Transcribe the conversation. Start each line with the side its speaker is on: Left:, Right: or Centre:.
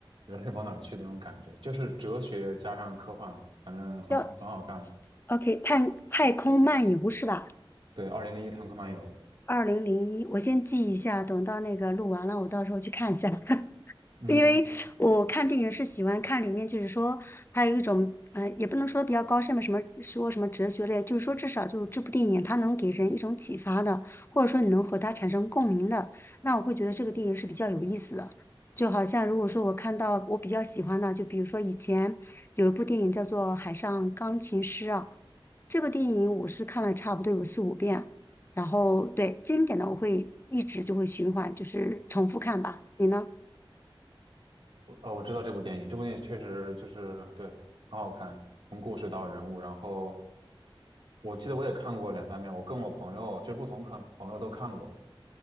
Right: 人类往哪儿去那种感觉，就是哲学加上科幻，反正很很好看。
Left: 要 OK 太太空漫游是吧？
Right: 对，《二零零一太空漫游》，
Left: 二零零一，我先记一下，等到那个录完了，我到时候去看一下。
Right: 嗯，
Left: 因为我看电影是喜欢看里面，就是说还有一种，呃，也不能说比较高深吧，什么说什么哲学类，就是说至少就是这部电影它能给人一种启发的，或者说你能和它产生共鸣的，那我会觉得这个电影是比较有意思的。就好像如果说我看到我比较喜欢的，就比如说以前有一部电影叫做《海上钢琴师》啊，这个电影我是看了差不多有四五遍，然后对经典的我会一直就会循环，就是重复看吧。你呢？
Right: 我呃，我知道这部电影，这部电影确实就是对，很好看，从故事到人物，然后我记得我也看过两三遍，我跟我朋友就是不同看朋友都看过。